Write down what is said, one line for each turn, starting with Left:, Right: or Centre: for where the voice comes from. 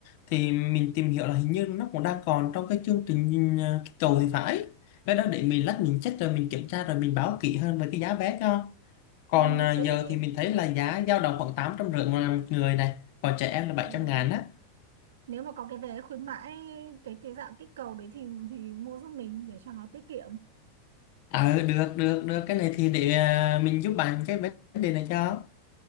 Left: thì mình tìm hiểu là hình như nó cũng đang còn trong cái chương trình ừ, à, kích cầu thì phải cái đó để mình lát mình check rồi mình kiểm tra rồi mình báo kỹ hơn về cái giá vé cho còn
Right: ừ,
Left: à,
Right: thế
Left: giờ
Right: thì
Left: thì mình thấy là giá dao động khoảng tám trăm rưỡi một một người này còn trẻ em là bảy
Right: ừ,
Left: trăm ngàn á
Right: nếu mà có cái vé khuyến mãi cái cái dạng kích cầu đấy thì thì mua giúp mình để cho nó tiết kiệm
Left: ờ được được được cái này thì để à, mình giúp bạn cái vấn đề này cho